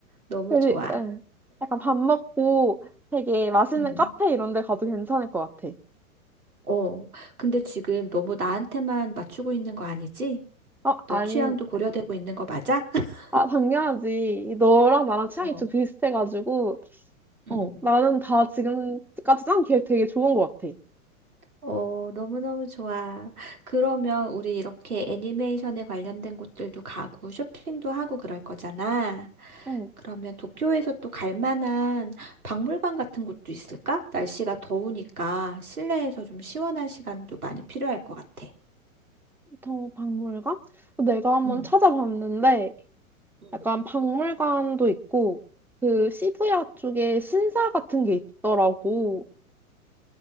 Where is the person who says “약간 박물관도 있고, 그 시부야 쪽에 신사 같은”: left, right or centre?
Centre